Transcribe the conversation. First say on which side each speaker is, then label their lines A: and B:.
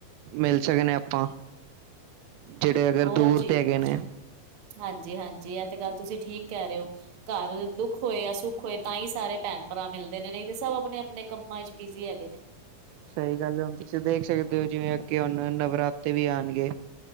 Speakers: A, on the right; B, on the right.
A: ਮਿਲ ਸਕਣੇ ਆਪਾਂ। ਜਿਹੜੇ ਅਗਰ
B: ਔਹ
A: ਦੂਰ
B: ਚੀਜ
A: ਤੇ ਹੈਗੇ ਨੇ।
B: ਹਾਂਜੀ, ਹਾਂਜੀ ਆ ਤੇ ਗੱਲ ਤੁਸੀਂ ਠੀਕ ਕਹਿ ਰਹੇ ਹੋ ਘਰ ਦੁੱਖ ਹੋਏ, ਯਾ ਸੁੁੱਖ ਹੋਏ ਤਾਂ ਹੀ ਸਾਰੇ ਭੈਣ ਭਰਾ ਮਿਲਦੇ ਨੇ ਨਹੀ ਤੇ ਸਭ ਅਪਣੇ-ਅਪਣੇ ਕੰਮਾਂ ਚ ਬਿਜ਼ੀ ਹੈਗੇ ਨੇ।
A: ਸਹੀ ਗੱਲ ਏ ਹੁਣ ਤੁਸੀਂ ਦੇਖ ਸਕਦੇ ਹੋ ਜਿਵੇਂ ਅਗੇ ਹੁਣ ਨਵਰਾਤੇ ਵੀ ਆਣਗੇ